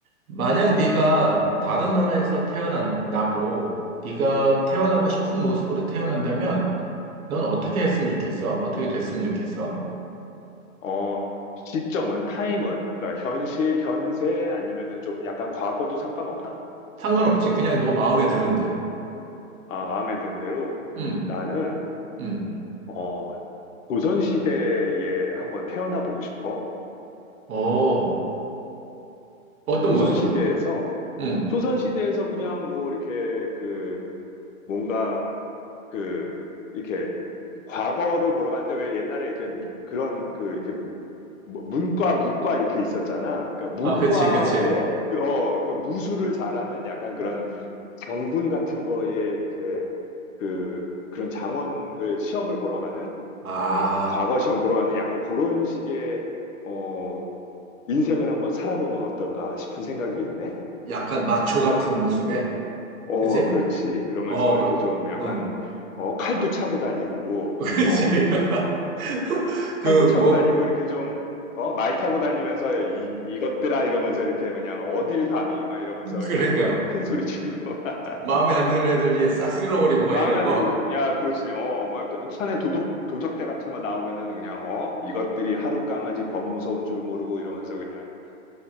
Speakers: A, on the right (about 80°); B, on the left (about 65°).
A: 만약 네가 다른 나라에서 태어나고 네가 태어나고 싶은 모습으로 태어난다면 넌 어떻게 했으면 좋겠어? 어떻게 됐으면 좋겠어?
B: 어, 시점은, 타임은, 그러니까 현실, 현세 아니면은 좀 약간 과거도 상관없나?
A: 상관없지. 그냥 너 마음에 드는 대로.
B: 아, 마음에 드는 대로
A: 응,
B: 나는,
A: 응.
B: 어, 조선시대에 한번 태어나 보고 싶어.
A: 어, 어떤
B: 조선시대에서,
A: 모습으로? 응.
B: 조선시대에서 그냥 뭐 이렇게 그 뭔가 그 이렇게 과거를 보러 가는데 왜 옛날에 이렇게 무- 그런 그 이렇게 뭐 문과, 무과 이렇게 있었잖아. 그러니까
A: 아,
B: 무과에
A: 그치, 그치.
B: 그, 어, 그 무술을 잘하는 약간 그런 장군 같은 거에 이렇게 그 그런 장원을 시험을 보러 가는
A: 아,
B: 어, 과거 시험 보러 가는 약간 그런 식의 어, 인생을 한번 살아보면 어떨까 싶은 생각이 있네.
A: 약간 마초 같은 모습에?
B: 어,
A: 그치?
B: 그렇지. 그러면서
A: 어,
B: 이렇게
A: 그,
B: 좀 약간
A: 응.
B: 어, 칼도 차고 다니고
A: <laughs> 그치.
B: 어,
A: <laughs> 그,
B: 팔도 차고
A: 뭐,
B: 다니고 이렇게 좀, 어, 말 타고 다니면서 이, 이것들아 이러면서 이렇게 그냥 어딜 감히 막 이러면서
A: 그러니까.
B: 그냥, 어, 큰 소리 치고. <laughs>
A: 마음에 안 드는 애들 이제 싹 쓸어버리고
B: 마음에
A: 막 이런
B: 안
A: 거.
B: 드는, 야, 그렇지. 어, 막 산에 도둑, 도적대 같은 거 나오면은 그냥, 어, 이것들이 하루 강아지 범 무서운 줄 모르고 이러면서 그냥,